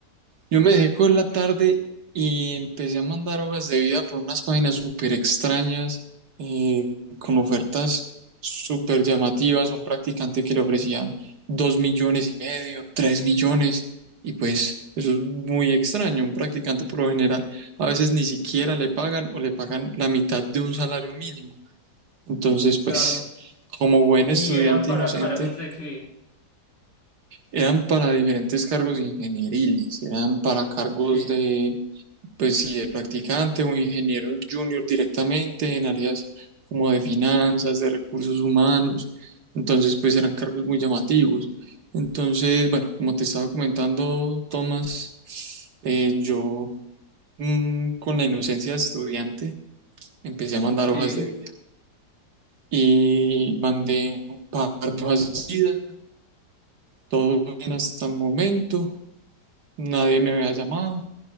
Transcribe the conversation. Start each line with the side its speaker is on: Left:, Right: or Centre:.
Right: Yo me dejé coger la tarde y empecé a mandar hojas de vida por unas páginas súper extrañas, eh, con ofertas súper llamativas. Un practicante que le ofrecían dos millones y medio, tres millones, y pues eso es muy extraño. Un practicante por lo general a veces ni siquiera le pagan o le pagan la mitad de un salario mínimo. Entonces, pues,
Left: Claro.
Right: como buen
Left: Y
Right: estudiante
Left: eran para
Right: inocente,
Left: cargos de que,
Right: eran para diferentes cargos ingenieriles, eran para cargos
Left: sí,
Right: de pues sí, de practicante o ingeniero junior directamente en áreas como de finanzas, de recursos humanos. Entonces, pues eran cargos muy llamativos. Entonces, bueno, como te estaba comentando, Tomás, eh, yo mm, con la inocencia de estudiante empecé a mandar
Left: sí.
Right: hojas de vida y mandé un par de hojas de vida, todo bien hasta el momento, nadie me había llamado